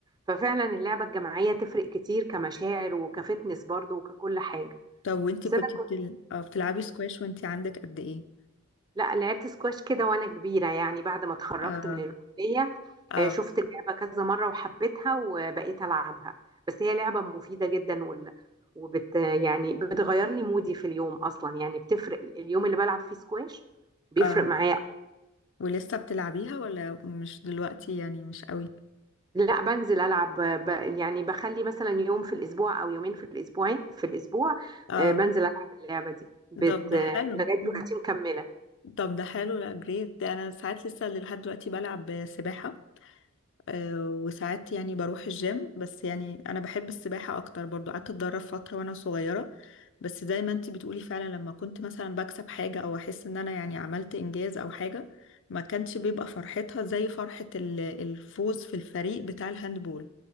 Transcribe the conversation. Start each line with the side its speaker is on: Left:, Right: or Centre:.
Right: ففعلا اللعبة الجماعية تفرق كتير كمشاعر وكفتنس برضو وككل حاجة
Left: طب وانتي
Right: بس
Left: كنتي
Right: انا كنت
Left: بتل... آه، بتلعبي سكواش وانتي عندك قد ايه
Right: لا لعبت سكواش كده وانا كبيرة يعني بعد ما اتخرجت
Left: اه
Right: من الكلية
Left: اه
Right: آه، شفت اللعبة كذا مرة وحبيتها وبقيت ألعبها بس هي لعبة مفيدة جدا وال... وبت يعني بتغير لي مودي في اليوم أصلا يعني بتفرق اليوم اللي بلعب فيه سكواش بيفرق
Left: اه
Right: معايا
Left: ولسه بتلعبيها ولا مش دلوقتي يعني مش قوي
Right: لا بنزل العب ب... يعني بخلي مثلا يوم في الاسبوع او يومين في الاسبوع في الاسبوع
Left: اه
Right: آه، بنزل العب اللعبه دي بت...
Left: طب ده
Right: آه،
Left: حلو
Right: لغايه
Left: مم.
Right: دلوقتي مكمله
Left: طب ده حلو لا جريت ده انا ساعات لسه لحد دلوقتي بلعب سباحة آه، وساعات يعني بروح الجيم بس يعني انا بحب السباحة اكتر برضو قعدت اتدرب فترة وانا صغيرة بس زي ما انتي بتقولي فعلا لما كنت مثلا بكسب حاجة او احس ان انا يعني عملت انجاز او حاجة ما كانش بيبقى فرحتها زي فرحة ال- الفوز في الفريق بتاع الهاندبول